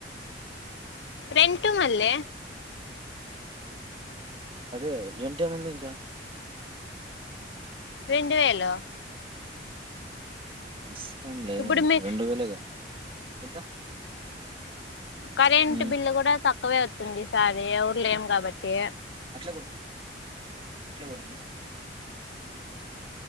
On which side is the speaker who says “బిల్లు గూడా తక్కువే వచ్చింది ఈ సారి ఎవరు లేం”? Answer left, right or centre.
Left